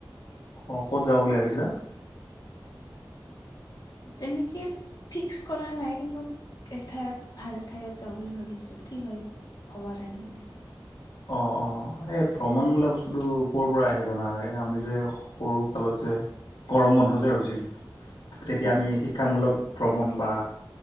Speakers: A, on the left (about 80°); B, on the left (about 65°).
A: অ', ক'ত যাব বুলি ভাবিছিলা?
B: তেনেকে ফিক্স কৰা নাই কিন্তু এক ঠাইত ভাল ঠাইত যাওঁ বুলি ভাবিছো কি হয় ভবা নাই মানে
A: অ', অ', এই ভ্ৰমণ বোলা বস্তুটো ক'ৰ পৰা আহে জানা এই আমি যে সৰু কালত যে গৰম বন্ধ যে হৈছিল তেতিয়া
B: হয়
A: আমি শিক্ষামূলক ভ্ৰমণ বা